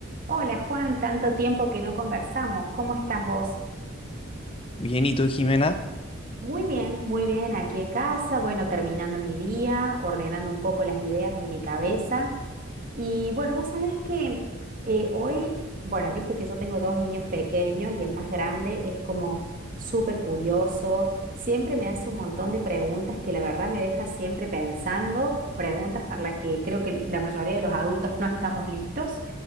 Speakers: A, on the right; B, on the left.
A: Hola Juan, tanto tiempo que no conversamos. ¿Cómo estás vos?
B: Bien, ¿y tú, Jimena?
A: Muy bien, muy bien, aquí en casa, bueno, terminando mi día, ordenando un poco las ideas en mi cabeza. Y bueno, vos sabés que eh, hoy, bueno, viste que yo tengo dos niños pequeños y el más grande es como súper curioso, siempre me hace un montón de preguntas que la verdad me deja siempre pensando, preguntas para las que creo que la mayoría de los adultos no estamos listos.